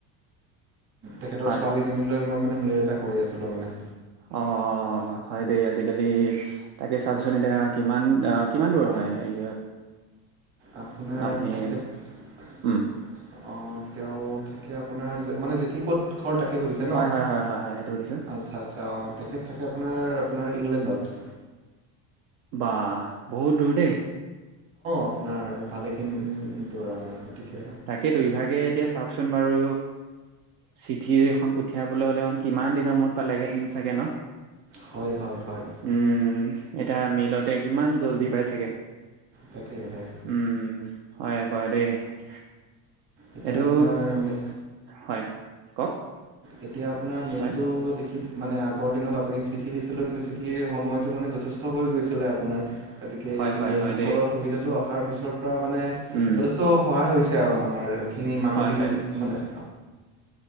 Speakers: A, on the right (about 30°); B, on the right (about 65°).
A: তেখেতৰ
B: হয়
A: ছোৱালীজনীলৈ মই মানে মেল এটা কৰি আছিলো মানে।
B: অঁ হয় দেই আজিকালি, তাকে চাওকচোন এতিয়া কিমান কিমান দূৰ হয় হেৰিয়ত?
A: আপোনাৰ,
B: আপুনি
A: তেখেত
B: উম,
A: তেওঁ থাকে আপোনাৰ মানে জেঠী ক'ত ঘৰ তাকে সুধিছে
B: হয়
A: ন,
B: হয় হয় হয় হয় সেইটো সুধিছোঁ
A: আচ্ছা আচ্ছা অ'। তেখেত থাকে আপোনাৰ, আপোনাৰ ইংলেণ্ডত।
B: বা বহুত দূৰ দেই
A: আপোনাৰ ভালে দৌৰা মাৰিব ঠিক কে
B: তাকেইেতো ইভাগে এতিয়া চাওকচোন বাৰু চিঠি এখন পঠিয়াবলৈ হ'লে, এ কিমান দিনৰ মূৰত পালেগেহেঁতেন চাগে ন!
A: হয় হয় হয়
B: উম! এটা মেলতে কিমান! জলদি পাই চাগে,
A: তাকেহে
B: উম! হয় বৰেদি উহ!
A: এতিয়া
B: এইটো
A: আপোনাৰ মে
B: হয় কওক
A: এতিয়া আপোনাৰ মেইলটো
B: হয়,
A: মানে আগৰ দিনত আপুনি চিঠি দিছিলো কিন্তু চিঠিৰ সময়তটো মানে যথেষ্ট হৈ গৈছিলে আপোনাৰ। গতিকে
B: হয়,
A: এইটো
B: হয়,
A: মেল
B: হয়
A: দুখনৰ
B: দেই।
A: সুবিধাটো আ তাৰপিছত, মানে
B: উম,
A: যথেষ্ট সহায় হৈছে। তে আৰু আমাৰ খিনি মানুহখিনি
B: হয়, হয়,
A: মানে